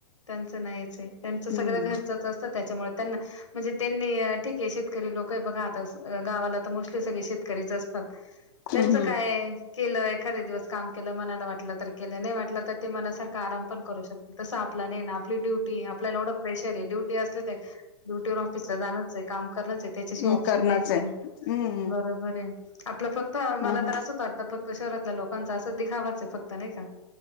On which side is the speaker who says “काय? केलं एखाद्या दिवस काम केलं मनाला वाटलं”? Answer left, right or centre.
Left